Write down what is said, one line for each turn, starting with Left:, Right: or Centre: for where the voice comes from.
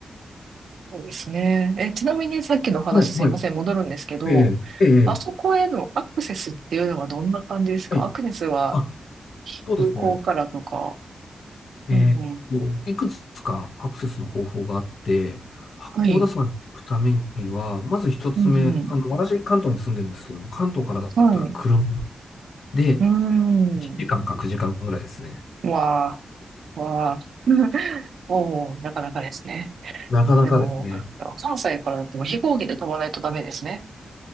Right: そうですね。え、ちなみにさっきのお話すいません、
Left: はい、はい。
Right: 戻るんですけど、
Left: ええええ
Right: あそこへのアクセスっていうのはどんな感じですかアクセスは
Left: はい。あ、そうですね。
Right: 空港からとか。
Left: えーっと、
Right: うんうん。
Left: いくつかアクセスの方法があって、八甲田山に行くためには、
Right: はい。
Left: まず一つ目、
Right: うんうん。
Left: あの、私、関東に住んでるんですけども、関東からだったら車
Right: はい。
Left: で
Right: うーん。
Left: 1時間か9時間ぐらいですね。
Right: わあ、わあ、おお、なかなかですね。
Left: なかなかですね。
Right: でも、関西からだと飛行機で飛ばないとダメですね。